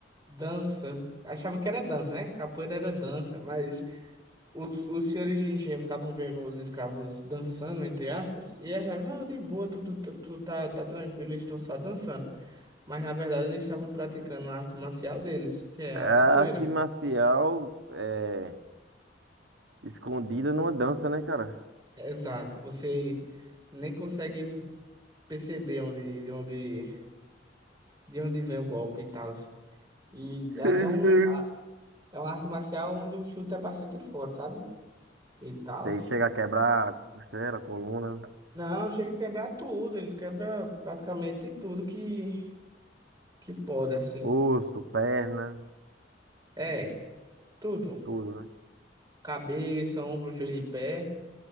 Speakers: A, on the right; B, on the right.
A: Dança. Achava que era dança, né? Capoeira era dança, mas os, os senhores de engenho ficavam vendo os escravos dançando, entre aspas, e achavam, não, de boa, tudo, tudo, tudo tá, tá tranquilo, eles estão só dançando. Mas na verdade eles estavam praticando a arte marcial deles, que é
B: É
A: a
B: A
A: capoeira.
B: arte marcial é escondida numa dança, né, cara?
A: Exato. Você nem consegue perceber onde, de onde, de onde vem o golpe e tal. E
B: <laughs>
A: é
B: Sim,
A: até um,
B: sim.
A: a- é uma arte marcial onde o chute é bastante forte, sabe? E tal.
B: Você chega a quebrar a costela, a coluna,
A: Não, chega a quebrar tudo. Ele quebra praticamente tudo que, que pode, assim.
B: osso, perna,
A: É, tudo.
B: tudo, né?
A: Cabeça, ombro, joelho e pé.